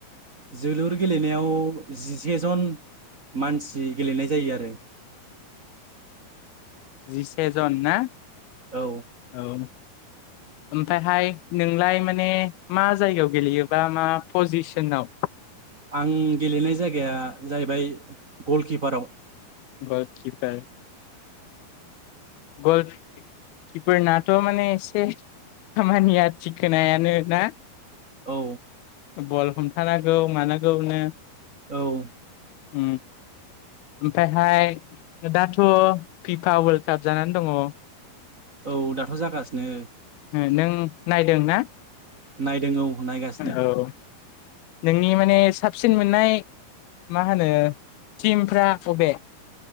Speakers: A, on the right; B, on the left.
A: जोलुर गेलेनायाव जिसे जन। मानसि गेलेनाय जायो आरो।
B: जिसे जन ना
A: औ
B: औ
A: <inaudible>
B: ओमफायहाय नोंलाय माने मा जायगायाव गेलेयोबा मा पजिसनाव
A: आं गेलेनाय जायगाया जाहैबाय गलकिपाराव
B: गल किफार आव गल किफार नाथ' माने एसे खामानिया थिखोनायानो ना
A: औ
B: बल हमथानांगौ मानांगौनो
A: औ
B: उम ओमफायहाय दाथ' फिफा वर्ल्ड काप जानानै दङ।
A: औ दाथ' जागासिनो
B: ओ नों नायदों ना
A: नायदों औ नायगासिनो
B: औ नोंनि माने साबसिन मोननाय मा होनो टिमफ्रा अबे